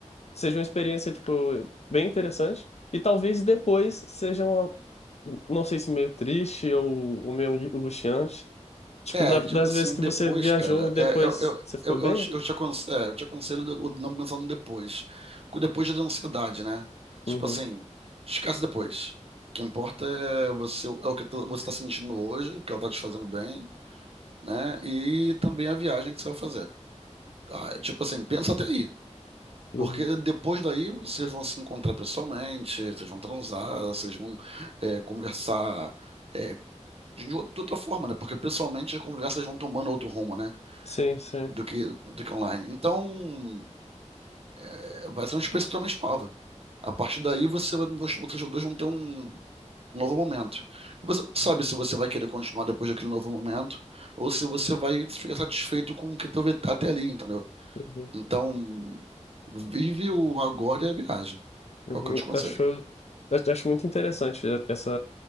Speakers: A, on the left; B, on the right.
A: seja uma experiência, tipo, bem interessante, e talvez depois seja uma, não sei se meio triste ou, ou meio angustiante, tipo,
B: É,
A: da-
B: tipo
A: das
B: assim,
A: vezes que
B: depois,
A: você viajou,
B: cara,
A: depois
B: é, eu, eu,
A: você ficou
B: eu,
A: bem?
B: eu te eu te aconse- é, eu te aconselho, de- o de não pensar no depois. Porque o depois já dá ansiedade, né? Tipo
A: Uhum,
B: assim, esquece depois. O que importa é você, é o que tu- você tá sentindo hoje, que ela tá te fazendo bem, né? E também a viagem que você vai fazer. Ah, é tipo assim, pensa até aí.
A: uhum.
B: Porque depois daí vocês vão se encontrar pessoalmente, vocês vão transar, vocês vão é, conversar é, de ou- de outra forma, né? Porque pessoalmente as conversas vão tomando outro rumo, né?
A: Sim, sim.
B: Do que, do que online. Então, é, vai ser uma experiência totalmente nova. A partir daí, você, vai- vocês vocês dois vão ter um, um novo momento. E você não sabe se você vai querer continuar depois daquele novo momento, ou se você vai ficar satisfeito com o que teve até ali, entendeu?
A: Uhum,
B: Então, vive o agora e a viagem.
A: uhum.
B: É o que eu te aconselho.
A: Acho, acho acho muito interessante essa,